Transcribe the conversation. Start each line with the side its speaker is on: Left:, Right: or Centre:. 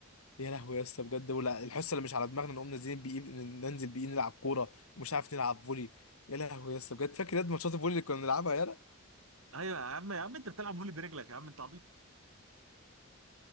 Left: يا لهوي يا اسطى بجد ولا الحصه اللي مش على دماغنا نقوم نازلين بيه ننزل بيه نلعب كوره ومش عارف نلعب فولي يا لهوي يا اسطى بجد فاكر ياد ماتشات الفولي اللي كنا بنلعبها يالا
Right: ايوه يا عم يا عم انت بتلعب فولي برجلك يا عم انت عبيط